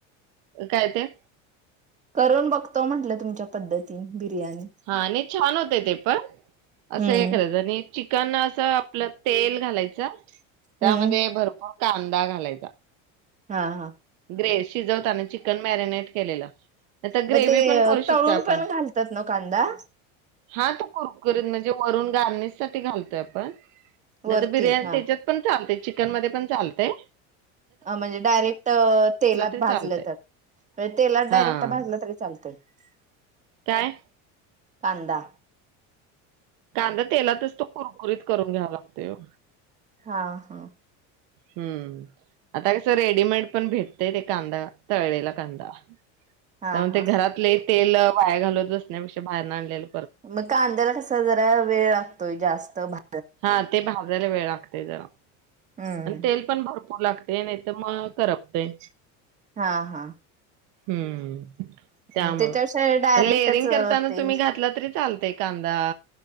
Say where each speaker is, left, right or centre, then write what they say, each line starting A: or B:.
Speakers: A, on the right; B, on the right.
A: काय ते
B: करून बघतो म्हंटलं तुमच्या पद्धती बिर्याणी
A: हा नाही, छान होतय ते बरं असं
B: हम्म
A: हे करायचं, आणि चिकन अस आपलं तेल घालायचं. त्यामध्ये
B: हम्म
A: भरपूर कांदा घालायचा.
B: हा हा
A: ग्रेवी शिजवताना चिकन मॅरिनेट केलेलं. नाही तर ग्रेव्ही
B: मग ते
A: पण करू
B: तळून
A: शकतोय आपण
B: पण घालतात, ना कांदा?
A: हा तो कुरकुरीत म्हणजे वरून गार्निश साठी, घालतोय आपण नाही
B: वरती
A: तर बिर्याणी
B: हा
A: तेच्यात पण चालतय चिकन मध्ये पण चालतय?
B: अ म्हणजे डायरेक्ट तेलात
A: तरी
B: भाजलं
A: चालतय
B: तर व्हय तेलात
A: हा
B: डायरेक्ट भाजलं तरी चालतय <unintelligible>
A: काय?
B: कांदा
A: कांदा तेलातच तो कुरकुरीत करून घ्यावा, लागतोय ओ
B: हा, हं
A: हम आता कसं रेडीमेड पण भेटतयं, ते कांदा तळलेला कांदा
B: हा
A: त्यामुळे
B: हा
A: ते घरात लई तेल वाया घालत बसण्यापेक्षा बाहेरन आणलेल
B: मग कांद्याला कसा जरा वेळ लागतोय, जास्त स्त भा <unintelligible>
A: हा ते भाजायला वेळ लागत ते जरा
B: हम्म
A: आणि तेल पण भरपूर लागत ते नाही, तर मग करपतय.
B: हा, हा
A: हम्म! त्यामुळं,
B: हम्म, त्याच्यापेक्षा डायरेक्टच
A: पण लेअरिंग करताना
B: ते
A: तुम्ही घातला तरी चालतयं कांदा